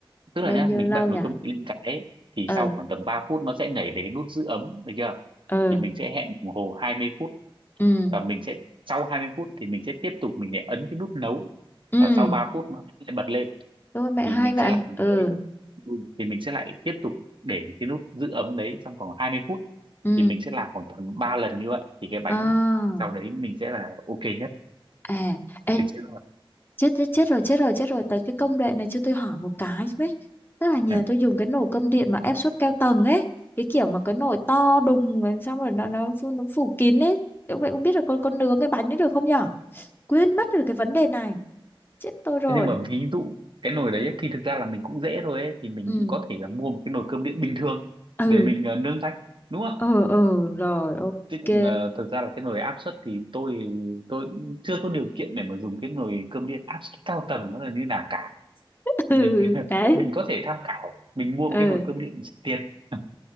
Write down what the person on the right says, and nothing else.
tức
là nhá
mình
bật nồi
cơm điện lên cái ấy, thì
sau khoảng tầm 3 phút nó sẽ nhảy về cái nút giữ ấm được chưa
thì mình sẽ hẹn đồng hồ hai mươi phút
và mình sẽ sau 20 phút thì mình sẽ tiếp tục mình lại ấn cái nút nấu
và sau 3 phút nó sẽ bật lên
thì
mình
sẽ làm
cái ừ, thì mình sẽ lại tiếp tục để cái nút giữ ấm đấy trong vòng hai mươi phút
thì mình sẽ làm khoảng tầm 3 lần như vậy thì cái bánh
sau đấy mình sẽ là ok nhất
được chưa
ừ.
Thế nhưng mà ví dụ cái nồi đấy ấy, thì thực ra là mình cũng dễ thôi ấy, thì mình
cũng có thể là mua một cái nồi cơm điện bình thường
để mình ờ, nướng rách đúng không
chứ còn ờ, thật ra là cái nồi áp suất thì tôi tôi cũng chưa có điều kiện để mà dùng cái nồi cơm điện áp suất cao tầng nó là như nào cả
mình
<laughs>
mình có thể tham khảo mình mua
một cái nồi cơm điện rẻ tiền <laughs>